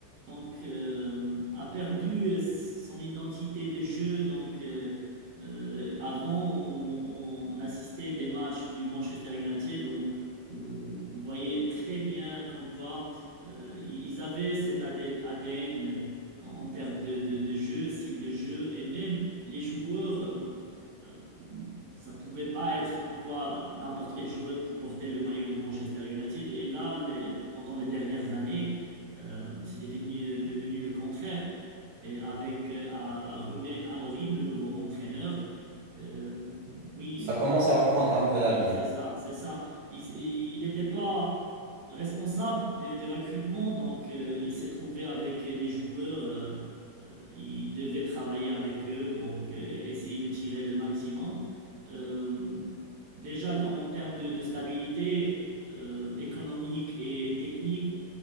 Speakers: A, on the right; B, on the right.
A: donc euh, a perdu euh, son identité de jeu. Donc euh, euh, avant, on, on- on assistait des matchs du Manchester United, on, on- on voyait très bien comme quoi euh, ils ils avaient cet AD ADN en en termes de, de, de jeu, style de jeu, et même les joueurs. euh, euh, ça pouvait pas être comme quoi n'importe quel joueur pour porter le maillot de Manchester United. Et là, les- pendant les dernières années, euh, c'est devenu, euh, devenu le contraire. Et avec euh, à- à Ruben Amorim, le nouveau entraîneur, euh, oui,
B: Ça commence à reprendre un peu la
A: oui,
B: vie.
A: c'est ça, c'est ça. Il n'était pas responsable des, des recrutements, donc euh, il s'est trouvé avec des joueurs, euh, euh, il devait travailler avec eux, donc euh, essayer de tirer le maximum. Euh, déjà, en termes de, de stabilité euh, économique et technique,